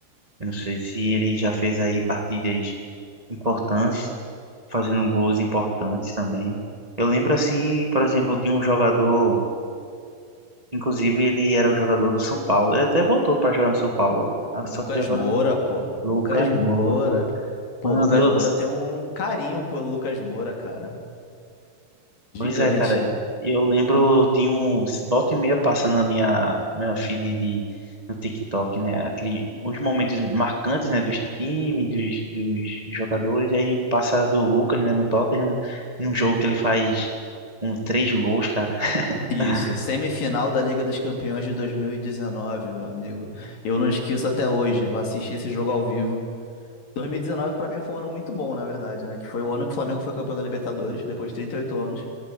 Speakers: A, on the right (about 25°); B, on the left (about 55°).
A: Eu não sei se ele já fez aí partidas importantes, fazendo gols importantes também. Eu lembro assim, por exemplo, de um jogador, inclusive ele era o jogador do São Paulo. Ele até voltou para jogar no São Paulo. Ah,
B: Lucas
A: Só que agora
B: Moura,
A: não-
B: pô.
A: Lucas
B: Lucas Moura.
A: Moura.
B: Pô,
A: Mano,
B: Lucas
A: eu
B: Moura tem um carinho pelo Lucas Moura, cara. Gigante.
A: Pois é, cara, eu lembro de um volta e meia passando na minha, minha feed de, no TikTok, né? Aquele, uns momentos marcantes, né? Dos times, dos, dos jogadores. Aí passa do Lucas, né? No Tottenham, num jogo que ele faz um, três gols, cara. <laughs>
B: Isso,
A: Ah,
B: semifinal da Liga dos Campeões de 2019, meu amigo. Eu não esqueço até hoje, eu assisti esse jogo ao vivo. 2019 pra mim foi um ano muito bom, na verdade, né? Que foi o ano que o Flamengo foi campeão da Libertadores, depois de 38 anos,